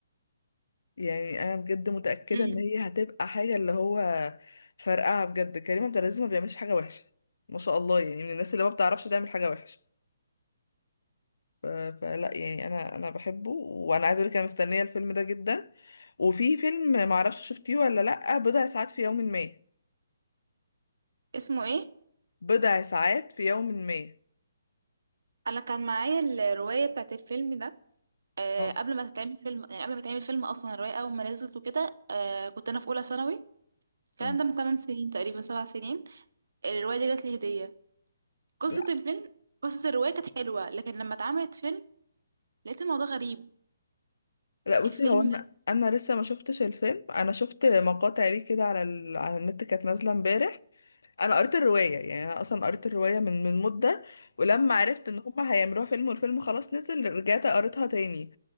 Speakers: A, on the left; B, on the right.
A: يعني انا بجد متاكده
B: امم
A: ان هي هتبقى حاجه اللي هو فرقعه بجد كريم عبد العزيز ما بيعملش حاجه وحشه ما شاء الله يعني من الناس اللي ما بتعرفش تعمل حاجه وحشه ف- فلا يعني انا انا بحبه وانا عايزه اقول لك انا مستنيه الفيلم ده جدا وفي فيلم معرفش شفتيه ولا لا بضع ساعات في يوم ما
B: اسمه ايه
A: بضع ساعات في يوم ما
B: انا كان معايا الروايه بتاعت الفيلم ده آه
A: آه.
B: قبل ما تتعمل فيلم يعني قبل ما تعمل فيلم اصلا الروايه اول ما نزلت وكده آه كنت انا في اولى ثانوي الكلام
A: آه.
B: ده من 8 سنين تقريبا 7 سنين الروايه دي جات لي هديه قصه
A: لا
B: الفيلم قصه الروايه كانت حلوه لكن لما اتعملت فيلم لقيت الموضوع غريب
A: لا بصي
B: الفيلم
A: هو انا انا لسه ما شفتش الفيلم انا شفت مقاطع ليه كده على ال... على النت كانت نازله امبارح انا قريت الروايه يعني انا اصلا قريت الروايه من من مده ولما عرفت ان هم هيعملوها فيلم والفيلم خلاص نزل رجعت قريتها تاني